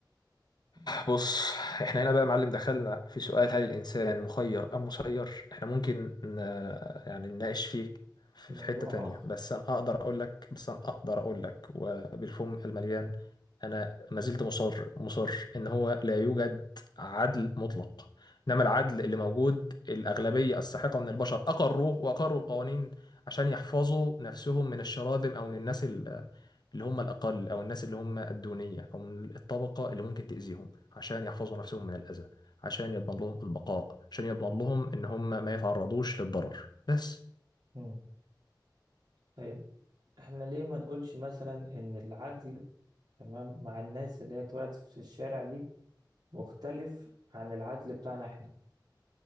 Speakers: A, on the right; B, on the left.
A: يعني
B: بص احنا هنا بقى يا معلم دخلنا في سؤال هل الإنسان مخير أم مسير احنا ممكن ن... يعني نناقش فيه في
A: موضوع
B: في حتة تانية
A: اخر
B: بس أنا أقدر أقول لك بس أنا أقدر أقول لك وبالفم المليان أنا ما زلت مصر مصر إن هو لا يوجد عدل مطلق إنما العدل اللي موجود الأغلبية الساحقة من البشر أقروه وأقروا القوانين عشان يحفظوا نفسهم من الشراذم أو من الناس اللي هم الأقل أو الناس اللي هم الدونية أو من الطبقة اللي ممكن تأذيهم عشان يحفظوا نفسهم من الأذى عشان يضمن لهم البقاء عشان يضمن لهم إن هم ما يتعرضوش للضرر بس
A: مم. طيب احنا ليه ما نقولش مثلا ان العدل تمام مع الناس اللي هي اتولدت في الشارع دي مختلف عن العدل بتاعنا احنا